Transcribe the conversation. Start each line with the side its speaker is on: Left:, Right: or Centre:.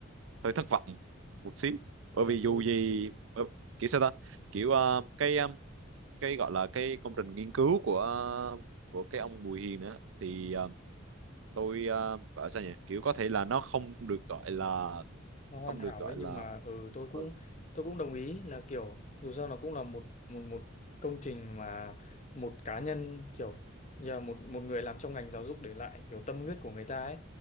Right: hơi thất vọng một xíu bởi
Left: dạ,
Right: vì
Left: thôi
Right: dù gì ờ, kiểu sao ta kiểu ờ, cái ờ, cái gọi là cái công trình nghiên cứu của ờ, của cái ông Bùi Hiền nữa thì ờ, tôi ờ, gọi sao nhỉ kiểu có thể là nó không được gọi là
Left: nó hoàn
Right: không
Left: hảo
Right: được gọi
Left: đấy nhưng
Right: là
Left: mà ừ tôi cũng
Right: ờ,
Left: tôi cũng đồng ý là kiểu dù sao nó cũng là một một một công trình mà một cá nhân kiểu giờ một một người làm trong ngành giáo dục để lại kiểu tâm huyết của người ta ấy